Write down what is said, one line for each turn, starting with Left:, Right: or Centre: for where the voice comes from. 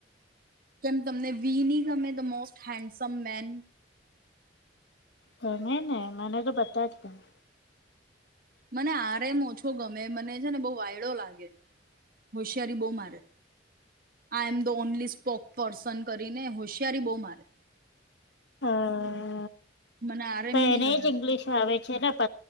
Right: કેમ તમને વીની ગમે ધ મોસ્ટ હેન્ડસમ મેન.
Left: હમે ને મને તો બધાજ ગમે ને.
Right: મને આરેમ ઓછો ગમે મને છે ને બહુ વાયડો લાગે હોશિયારી બહુ મારે I am the only spoke person કરીને હોશિયારી બહુ મારે.
Left: હા.
Right: મને આરએમ
Left: મને
Right: ની ગમે
Left: ઇંગ્લિશ ફાવે. ચરાપત